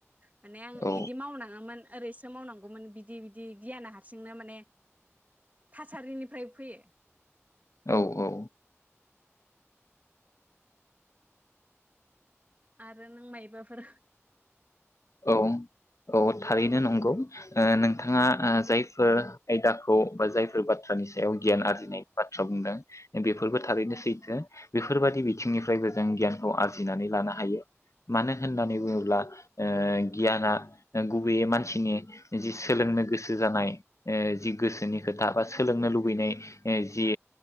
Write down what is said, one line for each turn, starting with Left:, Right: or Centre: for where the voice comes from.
Right: माने आं
Left: औ
Right: इदि मावनाङामोन ओरैसो मावनांगौमोन बिदि बिदि गियाना हारसिंनो माने थासारिनिफ्राय फैयो
Left: औ औ
Right: आरो नों माइबाफोर
Left: औ औ थारैनो नंगौ ओ नोंथाङा ओ जायफोर आयदाखौ बा जायफोर बाथ्रानि सायाव गियान आरजिनाय बाथ्रा बुंदों बेफोरबो थारैनो सैथो बेफोरबादि बिथिंनिफ्रायबो जों गियानखौ आरजिनानै लानो हायो मानो होननानै बुङोब्ला ओ गियाना गुबैयै मानसिनि जि सोलोंनो गोसो जानाय ओ जि गोसोनि खोथा बा सोलोंनो लुबैनाय जि